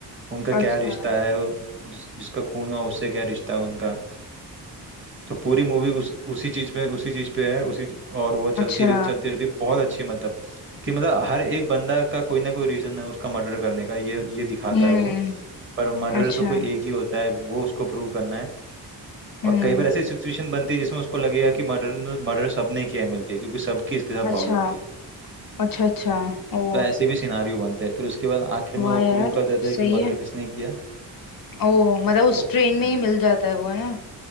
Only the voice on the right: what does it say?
उनका क्या
रिश्ता है जिस जिसका खून हुआ उससे क्या रिश्ता है उनका तो पूरी मूवी उस उसी चीज पे उसी चीज पे है उसी चीज- और वो चलती
रहती चलती रहती बहुत अच्छी मतलब कि मतलब हर एक बंदा का कोई ना कोई रीजन है उसका मर्डर करने का ये ये दिखाता
है वो पर मर्डर
तो कोई एक ही होता है वो उसको प्रूव करना है
और कई बार ऐसी सिचुएशन बनती है जिसमें उसको लगेगा कि मर्डर मर्डर सबने किया है मिलके क्योंकि सबकी इसके साथ
प्रॉब्लम थी
तो ऐसे भी सिनारियो बनते हैं फिर उसके बाद आखिर में
वो
प्रूव कर देता है
कि मर्डर
किसने किया
वो
हम्म,